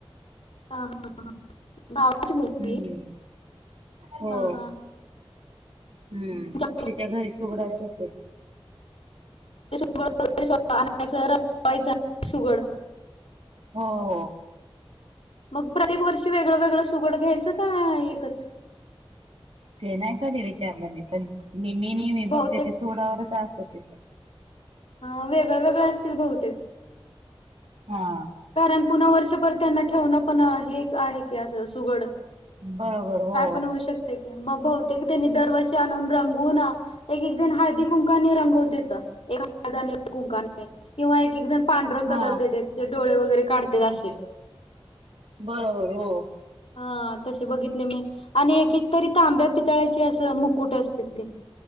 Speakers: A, on the left (about 80°); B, on the right (about 75°).
A: हा हा. भावाची मुलगी,,
B: हम्म हो
A: हा हा
B: हम्म
A: जा
B: तिच्या घरी सुगडाच असते.
A: ते सुगड स्वतः आणायचं, रंगवायचं सुगड.
B: हो हो
A: मग प्रत्येक वर्षी वेगळं वेगळं सुगड घ्यायचं काय एकच?
B: ते नाही कधी विचारलं मी, पण नेहमी नेहमी
A: बहुतेक
B: बघते ते सुगडावरच असतं तिचं.
A: हा वेगळं वेगळं असतील बहुतेक.
B: हा.
A: कारण पुन्हा वर्षभर त्यांना ठेवणं पण हे एक आहे की असं सुगड
B: बरोबर हो
A: काय पण होऊ शकतं की,, मग बहुतेक त्यांनी दरवर्षी आणून रंगवून एक एक जण हळदी कुंकाने रंगवतेेत,, एक हळदाने आणि एक कुंकाने,, किंवा एक एक जण पांढरं
B: हा
A: कलर देतेत, ते डोळे वगैरे काढतात अशे.
B: बरोबर हो.
A: हा तसे बघितले मी आणि एक एक तरी तांब्या पितळ्याचे असं मुकुट असतेत ते.